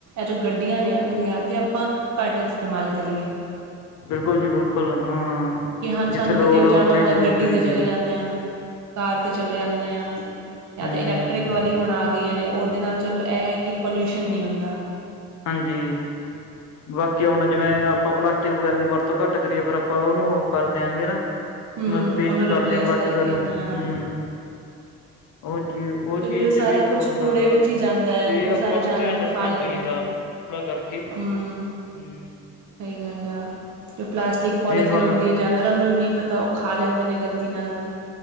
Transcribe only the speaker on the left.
ਬਿਲਕੁਲ ਜੀ ਬਿਲਕੁਲ ਹਾਂ
ਜਿੱਥੇ ਲੋੜ
ਆ ਉੱਥੇ
ਯੂਜ
ਕਰੀਏ
ਹੂੰ-ਹੂੰ
ਹਾਂਜੀ, ਬਾਕੀ ਆਪਣਾ ਜਿਵੇਂ ਆਪਾਂ ਪਲਾਸਟਿਕ ਵਗੈਰਾ ਦੀ ਵਰਤ ਤੋਂ ਘੱਟ ਕਰੀਏ, ਫੇਰ ਆਪਾਂ ਉਹਨੂੰ ਓਹ ਕਰ ਦੇਆਂਗੇ ਨਾ
ਮ ਵੇਸਟ
ਕਰਦੇ
ਆ। ਪਲਾਸਟਿਕ
ਵਗੈਰਾ ਨੂੰ,
ਹੂਂ ਓਹ ਚੀਜ ਤੇ ਓਹ
ਚੀਜ਼
ਤੇ
ਵੀ ਓਹ
ਹੁੰਦਾ
ਗਾ,
ਏਹ
ਆਪਾਂ
ਨੂੰ ਧਿਆਨ ਰੱਖਣਾ
ਚਾਹੀਦਾ
ਸਲਾਹ ਕਰਕੇ ਹੂਂੰ
ਇਹ ਵੱਲ